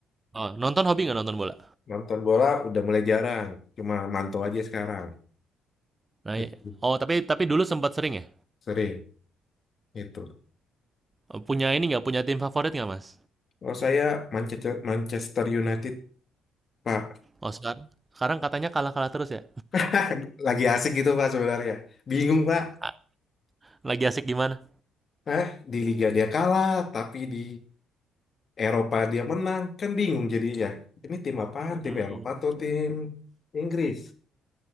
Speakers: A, on the right; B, on the left.
A: Oh, nonton hobi nggak nonton bola?
B: Nonton bola udah mulai jarang, cuma mantau aja sekarang.
A: Nah,
B: Itu
A: i- oh tapi tapi dulu sempat sering ya.
B: sering itu.
A: Oh, Punya ini nggak punya tim favorit nggak Mas?
B: Oh saya Manchester Manchester United, Pak.
A: Oh sekarang, sekarang katanya kalah-kalah terus ya.
B: <laughs> Lagi asik gitu Pak sebenarnya. Bingung Pak.
A: A- Lagi asik gimana?
B: Hah? Di Liga dia kalah, tapi di Eropa dia menang. Kan bingung jadinya. Ini tim apaan? Tim
A: Hmm.
B: Eropa atau tim Inggris?